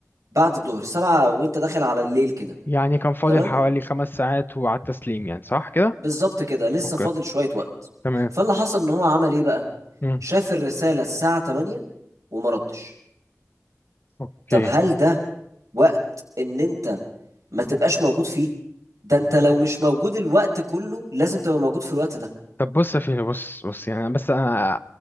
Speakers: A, on the right; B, on the left.
A: بعد الظهر سبعة وانت داخل على الليل كده
B: يعني كان فاضل
A: تمام
B: حوالي خمس ساعات وعلى التسليم يعني صح كده
A: بالظبط كده لسه
B: اوكي
A: فاضل شوية وقت
B: تمام
A: فاللي حصل ان هو عمل ايه بقى
B: مم.
A: شاف الرسالة الساعة 8 وما ردش
B: اوكي
A: طب هل ده وقت ان انت ما تبقاش موجود فيه ده انت لو مش موجود الوقت كله لازم تبقى موجود في الوقت ده
B: طب بص يا فيلو بص بص يعني أنا بس انا